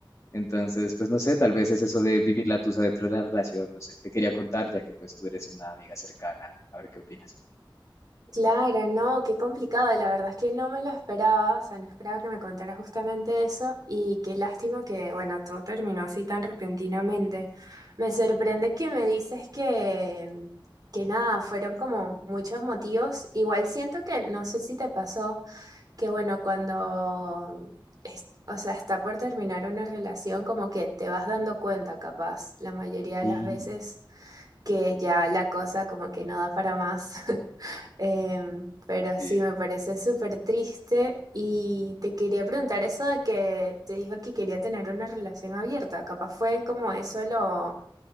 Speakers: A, on the left; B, on the right.
A: Entonces, pues no sé, tal vez es eso de vivir la tusa dentro de la relación, no sé, te quería contar ya que pues tú eres una amiga cercana, a ver qué opinas.
B: <laughs> claro, no, qué complicado. La verdad es que no me lo esperaba, o sea, no esperaba que me contara justamente eso y qué lástima que, bueno, todo terminó así tan repentinamente. Me sorprende que me dices que, que nada, fueron como muchos motivos. Igual siento que, no sé si te pasó. que bueno, cuando, es- o sea, está por terminar una relación, como que te vas dando cuenta, capaz, la mayoría de
A: Sí.
B: las veces, que ya la cosa como que no da para más. <laughs> Em, pero
A: Sí.
B: sí, me parece súper triste y te quería preguntar eso de que te dijo que quería tener una relación abierta, capaz fue como eso lo,